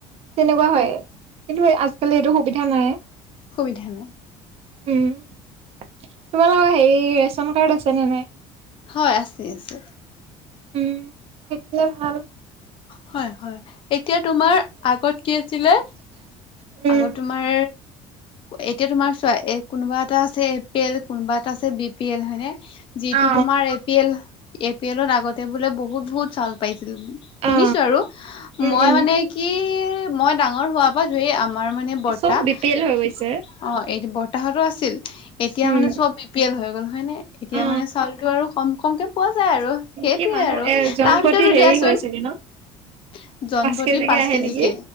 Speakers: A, on the right (about 50°); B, on the left (about 40°).
A: তেনেকুৱা হয়। কিন্তু আজিকালি এইটো সুবিধা নাই।
B: সুবিধা নাই।
A: উম, তোমালোকৰ হেৰি ৰেচন কাৰ্ড আছেনে নে নাই?
B: হয় আছে, আছে।
A: উম থাকিলে ভাল।
B: হয় হয়। এতিয়া তোমাৰ আগত কি আছিলে
A: উম,
B: আগত তোমাৰ। এতিয়া তোমাৰ চোৱা এ কোনোবা এটা এ পি এল কোনোবা এটা আছে বি পি এল যিটো
A: অ
B: তোমাৰ এ পি এল। এপ্ৰিল আগতে বোলে বহুত, বহুত চাউল পাইছিল শুনিছো
A: অ
B: আৰু
A: উম
B: মই
A: উম
B: মানে কি মই ডাঙৰ হোৱাৰ পৰা ধুই আম আমাৰ মানে বৰ্তাহ
A: চব বি পি এল হৈ গৈছে
B: অ এইটো বৰতাহতো আছিল। এতিয়া
A: উম
B: মানে চব বি পি এল হৈ গ'ল হয় নে এতিয়া
A: অ
B: মানে চাউলতটো আৰু কম কমকে পোৱা আৰু সেইটোৱে
A: কি মানুহ
B: আৰু
A: এজন
B: তাৰ
A: প্ৰতি
B: ভিতৰতো
A: হেৰি
B: দিয়াচোন।
A: হয় চাগে ন
B: <inaudible> জোনপতি
A: কেজিকে
B: পাঁচ
A: আহে
B: কেজিকে
A: নেকি